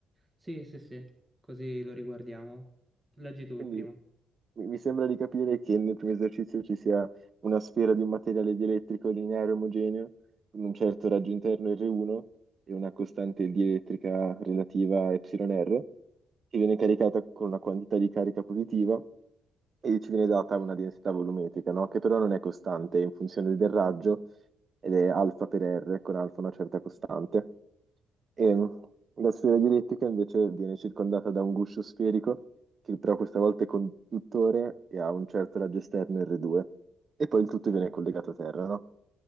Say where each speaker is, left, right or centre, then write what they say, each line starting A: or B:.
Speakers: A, on the right; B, on the right.
A: Sì, sì, sì, così lo riguardiamo. Leggi tu
B: Quindi
A: il primo.
B: Mi mi sembra di capire che nel primo esercizio ci sia una sfera di un materiale dielettrico lineare omogeneo con un certo raggio interno R1 e una costante dielettrica relativa a εr che viene caricata con una quantità di carica positiva e ci viene data una densità volumetrica, no? Che però non è costante, è in funzione del raggio ed è alfa per R con alfa una certa costante. E mm, la sfera dielettrica invece viene circondata da un guscio sferico che però questa volta è conduttore e ha un certo raggio esterno R2 e poi il tutto viene collegato a terra, no?